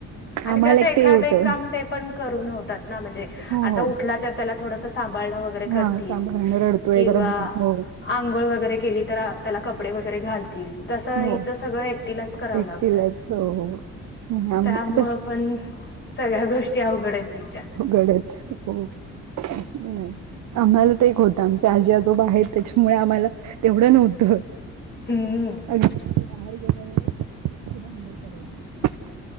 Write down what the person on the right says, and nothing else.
आम्हाला
एक
ते होतं.
हो
हो
हा
सांभाळण रडतोय
जरा बघ हो
हो
एकटीलाच
हो हो नाही आम
तस
घडत हो, नाही. आम्हाला तर एक होतं आमचे आजी, आजोबा आहेत त्याच्यामुळे आम्हाला तेवढं नव्हतं‌.
अग बाहेर गेल्यावर हँडल करायच.